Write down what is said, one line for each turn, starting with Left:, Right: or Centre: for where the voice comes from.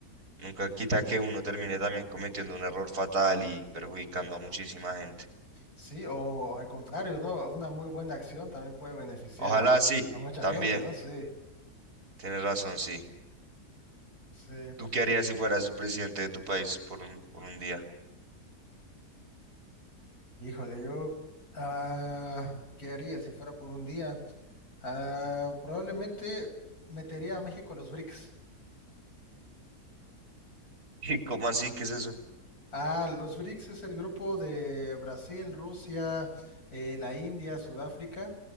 Right: nunca quita que uno termine también cometiendo un error fatal y perjudicando a muchísima gente.
Left: Sí, o al contrario, ¿no? Una muy buena acción también puede beneficiar
Right: Ojalá
Left: a,
Right: sí,
Left: a mucha
Right: también,
Left: gente, ¿no? Sí,
Right: tienes razón, sí.
Left: sí.
Right: ¿Tú qué harías si fueras el presidente de tu país por un, por un día?
Left: Híjole, yo, ah, ¿qué haría si fuera por un día? Ah, probablemente metería a México a los BRICS.
Right: <laughs> ¿Y cómo así? ¿Qué es eso?
Left: Ah, los BRICS es el grupo de Brasil, Rusia, eh, la India, Sudáfrica,